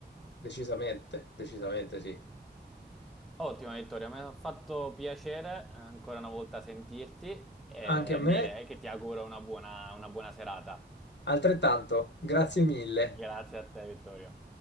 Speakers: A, on the left; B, in the centre.
A: decisamente, decisamente sì.
B: Ottimo, Vittorio, mi ha fatto piacere eh, ancora una volta sentirti e
A: Anche a me,
B: dire che ti auguro una buona una buona serata.
A: altrettanto, grazie mille.
B: Grazie a te, Vittorio.